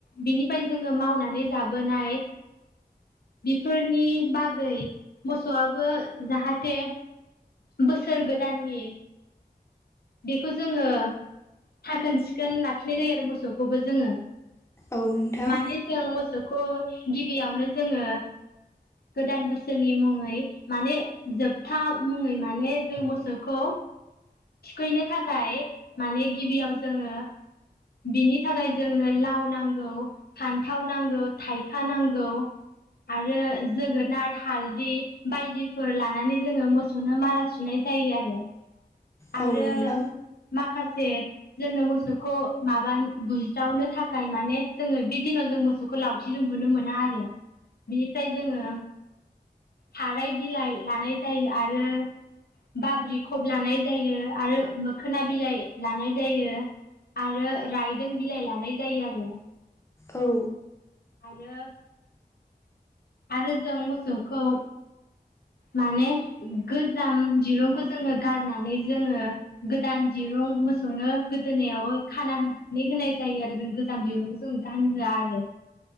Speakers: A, on the left; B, on the left.
A: बिनिफ्राय जोङो मावनानै जाबोनाय बेफोरनि बागै मोसौआबो जाहाथे बोसोर गोदाननि बेखौ जोङो साखोन सिखोन लाखिनाय जायो आरो मोसौखौबो जोङो
B: औ नोंथां
A: माने जों मोसौखौ गिबियावनो जोङो गोदान बोसोरनि मुङै माने जोबथा मुङै माने जों मोसौखौ थुखैनो थाखाय माने गिबियाव जोङो बिनि थाखाय जोंनो लाव नांगौ फान्थाव नांगौ, थाइखा नांगौ आरो जोगोनार हालदि बायदिफोर लानानै जोङो मोसौ सौनो माला सुनाय जायो आरो। आरो
B: औ नोंथां
A: माखासे जोंनो मोसौखौ माबान बुज्रावनो थाखाय माने जोङो बे दिनाव जों मोसौ सौखौ लावथिजों बुनो मोना आरो बिनिफ्राय जोङो थाराय बिलाइ लानाय जायो आरो बाब्रि खब लानाय जायो आरो मोखोना बिलाइ लानाय जायो आरो रायदों बिलाइ लानाय जायो आरो।
B: औ
A: आरो आरो जों मोसौखौ माने गोजाम दिरुंखौ जोङो गारनानै जोङो गोदान दिरुं मोसौनो गोदोनायाव खानानै होनाय जायो आरो जों गोजाम दिरुंखौ जों गानहोआ आरो